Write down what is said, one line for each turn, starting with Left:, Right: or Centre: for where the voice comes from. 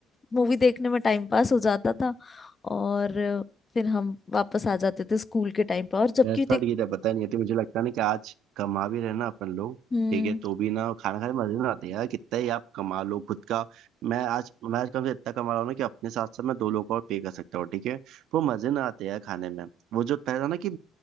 Left: मूवी देखने में टाइम पास हो जाता था और फिर हम वापस आ जाते थे स्कूल के टाइम पर और जबकि
Right: भैंस
Left: देख
Right: फाड़ की तो पता नहीं होती मुझे लगता नहीं कि आज कमा भी रहे ना अपन लोग
Left: हम्म
Right: ठीक है तो भी ना खाना खाने में मजे ना आते हैं यार कितना ही आप कमा लो खुद का मैं आज मैं आज कम से इतना कमा रहा हूँ ना कि अपने साथ साथ मैं दो लोगों को और पे कर सकता हूँ ठीक है वो मजे ना आते हैं यार खाने में वो जो पहला ना कि